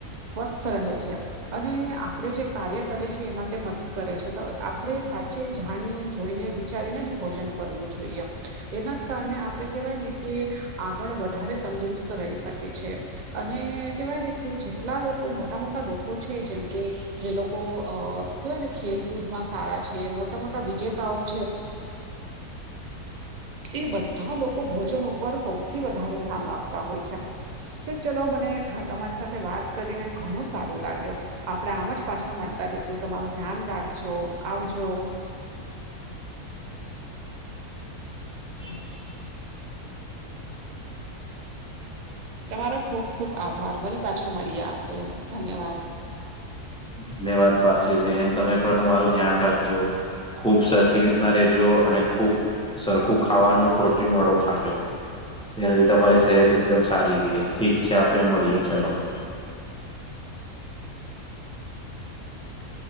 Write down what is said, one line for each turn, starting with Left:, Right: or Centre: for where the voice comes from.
Right: સ્વસ્થ રહે છે. અને આપણેે જે કાર્ય કરે છે. એમાં મદદ કરે છે. તો આપણે સાચે જાણી જોઈને. વિચારીને જ ભોજન કરવું જોઈએ. એના કારણે આપણે કેવાય ને કે, આગળ વધારે તંદુરસ્ત રહી શકે છે. અને કેવાય ને કે, જેટલા લોકો મોટા મોટા લોકો છે જેમ કે. જે લોકો અ કેવાય ને ખેલકૂદમાં સારા છે. મોટા મોટા વિજેતાઓ છે. એ બધા લોકો ભોજન ઉપર સૌથી વધારે ધ્યાન આપતા હોય છે. કે ચલો મને તમારી સાથે વાત કરીને ઘણું સારું લાગ્યો. આપડે આમ જ પાછા મળતા રસું તમારું ધ્યાન રાખજો. આવજો.
Centre: <inaudible>
Right: તમારો ખુબ ખુબ આભાર. ફરી પાછા મળીએ આપડ ધન્યવાદ.
Centre: ધન્યવાદ પારસભેન. તમે પણ તમારું ધ્યાન રાખજો. ખૂબ સરખી રીતના રેજો. અને ખુબ સરખું ખાવાનું પ્રોટીન વાળું ખાજો. તેનાથી તમારી સેહત એકદમ સારી ર ઠીક છે આપે મળીએ ચલો. <unintelligible>